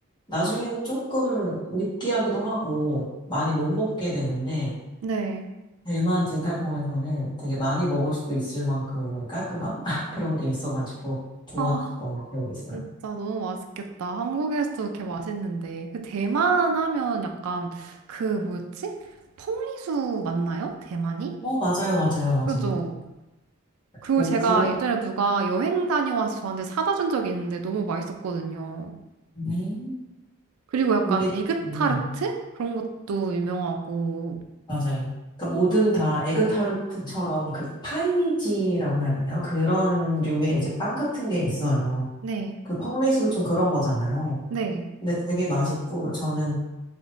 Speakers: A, on the left; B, on the right.
A: 나중엔 조금 느끼하기도 하고 많이 못 먹게 되는데
B: 네.
A: 대만 진달봉에서는 되게 많이 먹을 수도 있을 만큼 깔끔함? <laughs> 그런 게 있어가지고 좋았던
B: 아,
A: 기억이 있어요.
B: 진짜 너무 맛있겠다. 한국에서도 이렇게 맛있는데. 그 대만 하면 약간 그 뭐였지? 퐁리수 맞나요? 대만이?
A: 어, 맞아요, 맞아요, 맞아요.
B: 그죠? 그리고
A: 뭐,
B: 제가
A: 그거
B: 예전에 누가 여행 다녀와서 저한테 사다 준 적이 있는데 너무 맛있었거든요.
A: 네.
B: 그리고 약간
A: 그게
B: 에그타르트?
A: 뭐예요?
B: 그런 것도 유명하고.
A: 맞아요. 그러니까 뭐든 다 에그타르트처럼
B: 네.
A: 그 파이지라고 해야 되나요? 그런 류의 이제 빵 같은 게 있어요.
B: 네.
A: 그 펑리수도 좀 그런 거잖아요.
B: 네.
A: 근데 되게 맛있고 저는